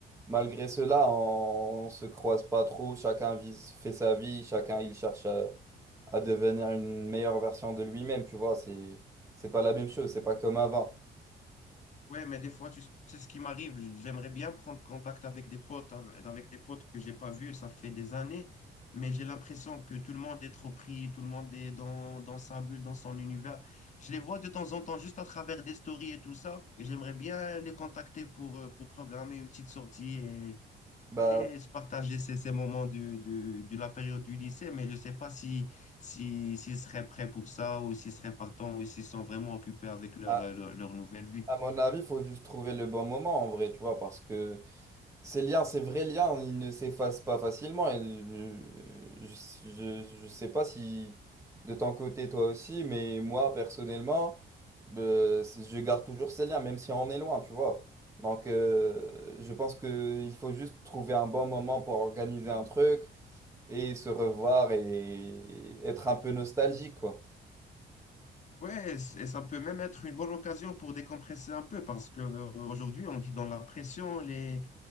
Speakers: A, on the right; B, on the left.
A: malgré cela, on, on se croise pas trop. Chacun vise- fait sa vie, chacun il cherche à, à devenir une meilleure version de lui-même, tu vois. C'est, c'est pas la même chose, c'est pas comme avant.
B: Ouais, mais des fois, tu sais ce qui m'arrive. J'aimerais bien prendre contact avec des potes, av- avec des potes que j'ai pas vus, ça fait des années, mais j'ai l'impression que tout le monde est trop pris, tout le monde est dans, dans sa bulle, dans son univers. Je les vois de temps en temps juste à travers des stories et tout ça, et j'aimerais bien les contacter pour, euh, pour programmer une petite sortie et,
A: Bah,
B: et se partager ces, ces moments de, de, de la période du lycée, mais je sais pas si, si, s'ils seraient prêts pour ça ou s'ils seraient partants ou s'ils sont vraiment occupés avec leur,
A: à,
B: euh, leur leur nouvelle vie.
A: à mon avis, il faut juste trouver le bon moment en vrai, tu vois, parce que. Ces liens, ces vrais liens, ils ne s'effacent pas facilement. Et euh, je, je, je sais pas si de ton côté, toi aussi, mais moi, personnellement, euh, c- je garde toujours ces liens, même si on est loin, tu vois. Donc, euh, je pense qu'il faut juste trouver un bon moment pour organiser un truc et se revoir et être un peu nostalgique, quoi.
B: Ouais, c- et ça peut même être une bonne occasion pour décompresser un peu parce que euh, aujourd'hui on vit dans la pression, les,